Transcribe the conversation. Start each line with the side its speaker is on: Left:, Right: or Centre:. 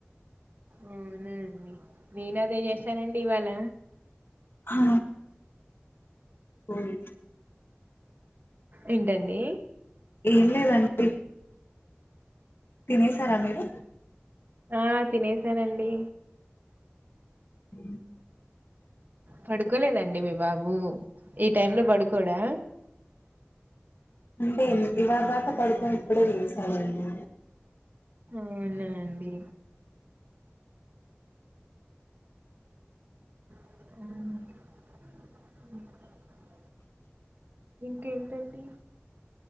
Right: అవునాండి నేను అదే చేశానండి ఇవాళ
Left: ఆ పోయి
Right: ఏంటండి
Left: ఏం లేదంటీ తినేశారా మీరు
Right: ఆ తినేసానండి
Left: అ
Right: పడుకోలేదాండి మీ బాబు ఈ టైంలో పడుకోడా
Left: అంటే ఇవాదాక పడుకోని ఇప్పుడే లేశాడండి
Right: అవునా అండి ఆ ఇంకేంటండి